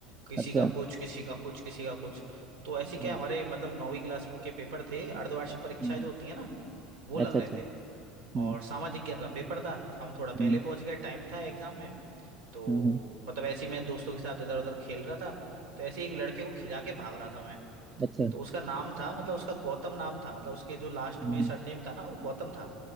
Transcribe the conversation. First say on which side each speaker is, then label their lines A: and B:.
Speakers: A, on the right (about 80°); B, on the right (about 20°).
A: किसी
B: अच्छा
A: का कुछ किसी का कुछ किसी का कुछ तो ऐसे
B: हम्म
A: क्या हमारे मतलब नौवीं क्लास के पेपर थे अर्धवार्षिक परीक्षाएं
B: हम्म,
A: जो होती है ना वो लग
B: अच्छा
A: रहे
B: अच्छा
A: थे
B: हम्म
A: और सामाजिक ज्ञान का पेपर था हम थोड़ा पहले
B: हम्म
A: पहुंच गए टाइम था एग्जाम में तो
B: हम्म हम्म,
A: मतलब ऐसे ही मैं दोस्तों के साथ इधर उधर खेल रहा था तो ऐसे ही एक लड़के को खिजा के भाग रहा था मैं
B: अच्छा
A: तो उसका नाम था मतलब उसका गौतम नाम था मतलब उसके जो लास्ट
B: हम्म
A: में सरनेम था ना वो गौतम था